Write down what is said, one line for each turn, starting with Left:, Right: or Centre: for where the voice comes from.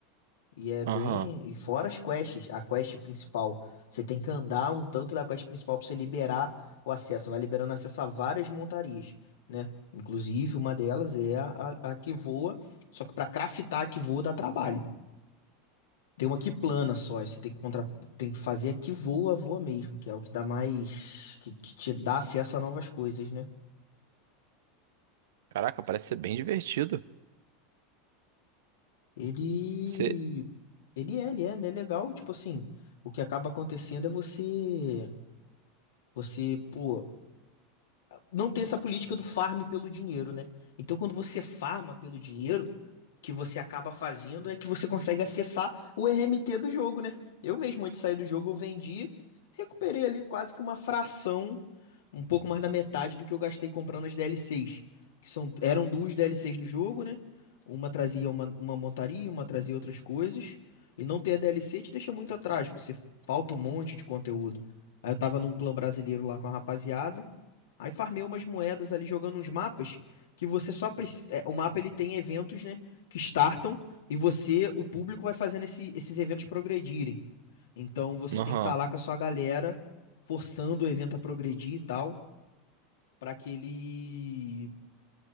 Left: E é bem.
Right: Aham.
Left: E fora as quests, a quest principal. Você tem que andar um tanto da quest principal pra você liberar o acesso. Vai liberando acesso a várias montarias, né? Inclusive, uma delas é a, a, a que voa. Só que pra craftar a que voa dá trabalho. Tem uma que plana só. e Você tem que, contra... tem que fazer a que voa, voa mesmo, que é o que dá mais. Que, que te dá acesso a novas coisas, né?
Right: Caraca, parece ser bem divertido.
Left: Ele.
Right: Você.
Left: Ele é, ele é, ele é legal. Tipo assim, o que acaba acontecendo é você. Você, pô. não tem essa política do farm pelo dinheiro, né? Então, quando você farma pelo dinheiro, que você acaba fazendo é que você consegue acessar o RMT do jogo, né? Eu mesmo, antes de sair do jogo, eu vendi, recuperei ali quase que uma fração, um pouco mais da metade do que eu gastei comprando as DLCs, que são, eram duas DLCs no jogo, né? Uma trazia uma, uma montaria, uma trazia outras coisas. E não ter a DLC te deixa muito atrás, porque você falta um monte de conteúdo. Aí eu tava num clã brasileiro lá com a rapaziada. Aí farmei umas moedas ali jogando uns mapas que você só precisa. o mapa ele tem eventos, né? Que startam e você, o público, vai fazendo esse- esses eventos progredirem. Então você
Right: Aham.
Left: tem que estar lá com a sua galera, forçando o evento a progredir e tal, para que ele